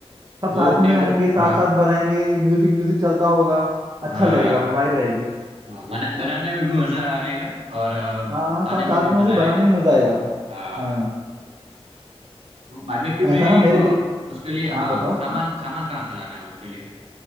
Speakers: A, on the right; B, on the right.
A: सब
B: वो
A: साथ
B: एकदम
A: में होंगे साथ
B: हाँ
A: साथ बनाएंगे म्यूजिक म्यूजिक चलता होगा अच्छा
B: हाँ
A: लगेगा फिर वाइब रहेगी
B: हाँ, बना, बनाने में भी मजा आएगा और अ,
A: हाँ हाँ
B: खाने
A: सब
B: में
A: साथ
B: भी मजा
A: में होंगे बनाने
B: आएगा
A: में मजा आएगा
B: हाँ
A: हाँ
B: तो बारबेक्यू में
A: ऐसा ना मेरे
B: अ,
A: पे
B: उसके लिए
A: हाँ
B: हाँ
A: बताओ
B: सामान सामान कहाँ से लाना है उसके लिए